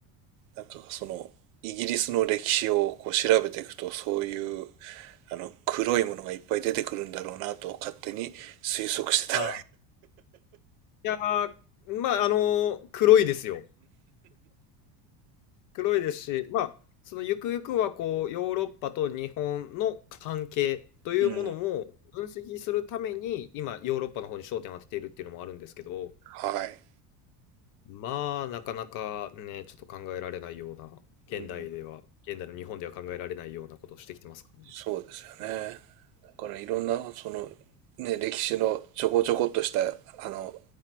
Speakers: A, on the right; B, on the left.
A: なんかそのイギリスの歴史をこう調べていくとそういうあの黒いものがいっぱい出てくるんだろうなと勝手に推測してたわ
B: ああ。いやー、まあ、あのー黒いですよ。黒いですし、まあ、そのゆくゆくはこう、ヨーロッパと日本の関係というものも分析するために、
A: け。うん。
B: 今ヨーロッパの方に焦点を当てているっていうのもあるんですけど、
A: はい。
B: まあ、なかなかね、ちょっと考えられないような、現代では、
A: うん。
B: 現代の日本では考えられないようなことをしてきてますからね。
A: そうですよね。からいろんなその、ね、歴史のちょこちょこっとしたあの